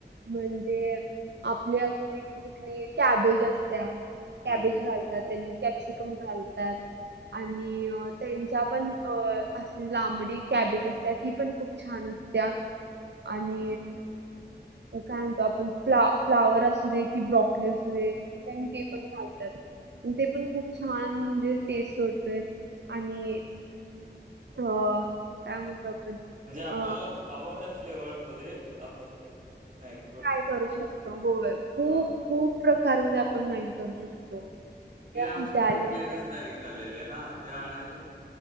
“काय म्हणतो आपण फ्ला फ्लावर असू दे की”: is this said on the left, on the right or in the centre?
Right